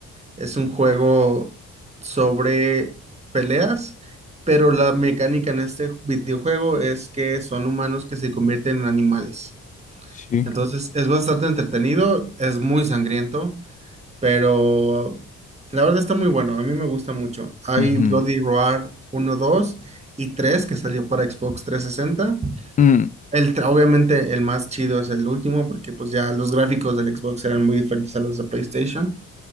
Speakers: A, on the right (about 20°); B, on the left (about 25°).
A: Es un juego sobre peleas, pero la mecánica en este videojuego es que son humanos que se convierten en animales.
B: Sí.
A: Entonces, es bastante entretenido, es muy sangriento pero la verdad está muy bueno, a mí me gusta mucho. Hay
B: Ujú.
A: Bloody Roar uno 2 y 3 que salió para Xbox trescientos sesenta
B: Mm,
A: El, tra- obviamente el más chido es el último porque pues ya los gráficos del Xbox eran muy diferentes a los de PlayStation.